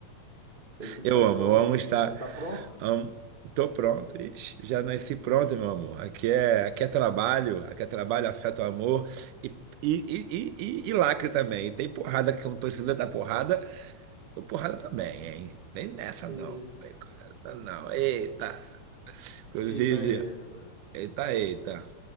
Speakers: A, on the right; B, on the right.
A: Tem que
B: Eu
A: dar
B: amo,
A: conta,
B: eu amo estar.
A: pois é. Tá pronto?
B: Amo, tô pronto, ixi, já nasci pronto, meu amor. Aqui é, aqui é trabalho, aqui é trabalho, afeto, amor e, e, e, e, e e lacre também. E tem porrada que não precisa dar porrada, tô porrada também, hein? Vem nessa
A: E-
B: não, vem com essa não. Eita!
A: <laughs>
B: Inclusive,
A: Eita, eita.
B: eita, eita.